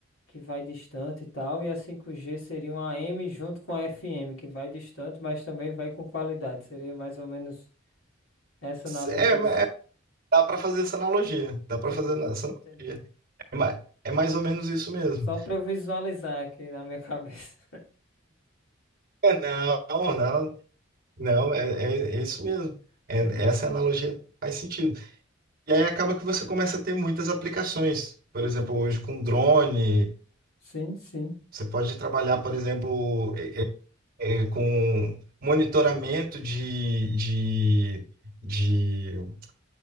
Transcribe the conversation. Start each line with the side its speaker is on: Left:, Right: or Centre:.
Left: que vai distante e tal, e a cinco g seria uma AM junto com a FM que vai distante, mas também vai com qualidade. Seria mais ou menos essa analogia.
Right: É, mas
Left: s-
Right: é, dá para fazer essa analogia, dá para
Left: Entendi,
Right: fazer essa analogia.
Left: entendi.
Right: É mais é mais ou menos isso mesmo.
Left: Só para eu visualizar aqui na minha cabeça.
Right: É, Não, não, não, é, é- é isso mesmo. É-
Left: <laughs> Entendi.
Right: essa analogia faz sentido. E aí acaba que você começa a ter muitas aplicações. Por exemplo, hoje com drone,
Left: Sim, sim.
Right: você pode trabalhar, por exemplo, é, é, é, com monitoramento de, de, de